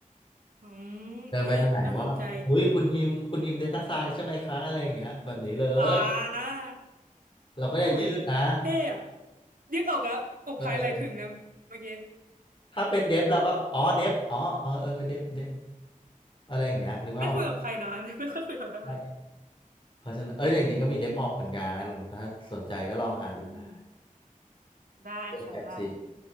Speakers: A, on the right; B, on the left.
A: อืมอุ้ยน่าสนใจ
B: เดินไปทางไหนว่าอุ้ยคุณฮิมคุณฮิม Data Science ใช่ไหมคะ อะไรอย่างเงี้ยแบบนี้เลย
A: อ่า
B: เราก็จะยืดนะ
A: หุย เท่อะยืดอกอะอกพายไหล่ผึ่งนะเมื่อกี้
B: เออถ้าเป็นเดฟเราก็ อ๋อเดฟอ๋ออ๋อเออเดฟเดฟอะไรอย่างเงี้ยนึกว่าออก
A: ไม่คุยกับใครนะ <laughs> ไม่ค่อยคุยกับใครอะไร
B: เพราะฉะนั้นเออจริงๆก็มีเดฟออ p เหมือนกัน ถ้าสนใจก็ลองหาดูนะ
A: อืมได้ค่ะ
B: เดฟแอปจี
A: ได้